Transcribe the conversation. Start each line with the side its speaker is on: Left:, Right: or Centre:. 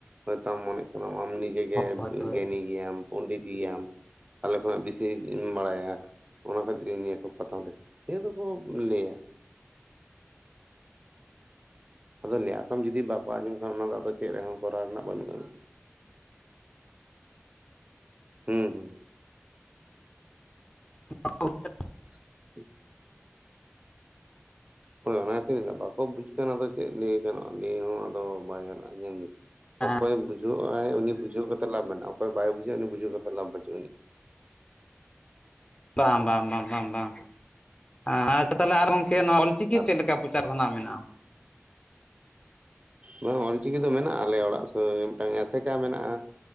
Right: ᱦᱚᱭᱛᱚ ᱟᱢ ᱢᱚᱱᱮᱜ ᱠᱟᱱᱟᱢ ᱟᱢ ᱱᱤᱡᱮ ᱜᱮ
Left: ᱦᱳᱭ ᱦᱳᱭ
Right: ᱜᱮᱭᱟᱱᱤ ᱜᱮᱭᱟᱢ ᱯᱚᱱᱰᱤᱛ ᱜᱮᱭᱟᱢ, ᱟᱞᱮ ᱠᱷᱚᱱᱟᱜ ᱵᱮᱥᱤᱢ ᱵᱟᱲᱟᱭᱟ ᱚᱱᱟ ᱠᱷᱟᱹᱛᱤᱨ ᱤᱧ ᱱᱤᱭᱟᱹ ᱥᱚᱵ ᱠᱟᱛᱷᱟ, ᱛᱟᱦᱚᱞᱮ ᱱᱤᱭᱟᱹ ᱫᱚᱠᱚ ᱞᱟᱹᱭᱟ, ᱟᱫᱚ ᱞᱟᱹᱭ ᱟᱠᱚᱢ ᱡᱩᱫᱤ ᱵᱟᱠᱚ ᱟᱸᱡᱚᱢ ᱠᱷᱟᱱ ᱚᱱᱟ ᱫᱚ ᱟᱫᱚ ᱪᱮᱫ ᱨᱮᱦᱚᱸ ᱠᱚᱨᱟᱣ ᱨᱮᱱᱟᱜ ᱵᱟᱹᱱᱩᱜᱼᱟ, ᱦᱩᱸ ᱦᱩᱸ,
Left: <unintelligible>
Right: <inaudible> ᱦᱳᱭ ᱚᱱᱟᱜᱛᱮᱧ ᱞᱟᱹᱭᱫᱟ ᱵᱟᱠᱚ ᱵᱩᱡ ᱠᱷᱟᱱ ᱟᱫᱚ ᱪᱮᱫ ᱞᱟᱹᱭ ᱜᱟᱱᱚᱜᱼᱟ ᱞᱟᱹᱭ ᱦᱚᱸ ᱟᱫᱚ ᱵᱟᱭ ᱜᱟᱱᱚᱜᱼᱟ ᱧᱮᱞ <unintelligible>
Left: ᱦᱮᱸ
Right: ᱚᱠᱚᱭ ᱮ ᱵᱩᱡᱷᱟᱹᱜ ᱟᱭ ᱩᱱᱤ ᱵᱩᱡᱷᱟᱹᱣ ᱠᱟᱛᱮᱫ ᱞᱟᱵᱷ ᱢᱮᱱᱟᱜᱼᱟ, ᱚᱠᱚᱭ ᱵᱟᱭ ᱵᱩᱡᱷᱟᱹᱜᱼᱟ ᱩᱱᱤ ᱵᱩᱡᱷᱟᱹᱣ ᱠᱟᱛᱮ ᱞᱟᱵᱷ ᱵᱟᱹᱪᱩᱜ ᱟᱱᱤᱤᱡ,
Left: ᱵᱟᱝ ᱵᱟᱝ ᱵᱟᱝ ᱵᱟᱝ ᱵᱟᱝ ᱟᱪᱪᱷᱟ ᱛᱟᱦᱚᱞᱮ ᱟᱨ ᱜᱚᱢᱠᱮ ᱱᱚᱣᱟ ᱚᱞ ᱪᱤᱠᱤ
Right: ᱟᱨ
Left: ᱪᱮᱫ ᱞᱮᱠᱟ? ᱯᱚᱪᱟᱨ ᱠᱷᱚᱱᱟᱜ ᱢᱮᱱᱟᱜᱼᱟ,
Right: ᱵᱟᱝ ᱚᱞᱪᱤᱠᱤ ᱫᱚ ᱢᱮᱱᱟᱜᱼᱟ ᱟᱞᱮ ᱚᱲᱟᱜ ᱥᱩᱨ ᱨᱮ ᱢᱤᱫᱴᱟᱝ ᱮᱥᱮᱠᱟ ᱢᱮᱱᱟᱜᱼᱟ